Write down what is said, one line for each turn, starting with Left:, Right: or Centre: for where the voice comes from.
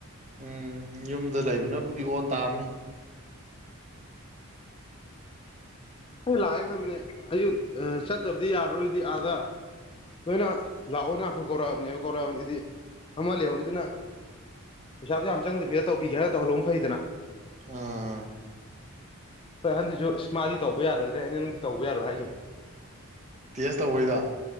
Right: ꯎꯝ ꯌꯨꯝꯗ ꯂꯩꯕꯅꯕꯨꯗꯤ ꯑꯣꯟ ꯇꯥꯕꯅꯤ
Left: ꯑꯩ ꯂꯥꯛꯑꯒꯦ ꯈꯥꯟꯕꯅꯦ ꯑꯩꯁꯨ ꯆꯠꯇꯕꯗꯤ ꯌꯥꯔꯔꯣꯏꯗꯤ ꯑꯥꯗ ꯅꯣꯏꯅ ꯂꯥꯛꯑꯣ ꯌꯥꯝꯊꯨꯅ ꯀꯧꯔꯛꯑꯕꯅꯦꯕ ꯀꯧꯔꯛꯑꯕꯅꯦꯗꯤ ꯑꯃ ꯂꯩꯍꯧꯔꯤ ꯑꯗꯨꯅ ꯄꯩꯁꯥꯗꯣ ꯌꯥꯝ ꯆꯪꯗ꯭ꯔꯦꯒꯥꯟꯗ ꯇꯧꯕꯤꯒꯦꯅ ꯇꯧꯍꯜꯂꯧꯕꯅ ꯐꯩꯗꯅ
Right: ꯑꯥꯝ
Left: ꯈꯣꯢ ꯑꯍꯟꯗꯨꯁꯨ ꯏꯁ ꯃꯥꯥꯗꯤ ꯇꯧꯕ ꯌꯥꯔꯣꯏꯗꯔꯅꯦ ꯑꯩꯅ ꯇꯧꯕ ꯌꯥꯔꯣꯏ ꯍꯥꯏꯈꯤꯕꯅꯦ
Right: ꯇꯦꯁ ꯇꯧꯕꯩꯗ